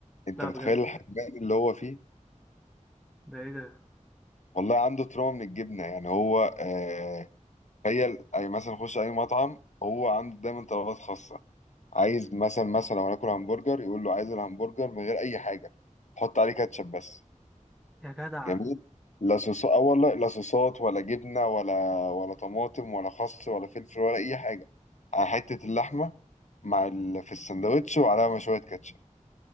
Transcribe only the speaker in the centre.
لا
بجد
ده ايه ده
يا جدع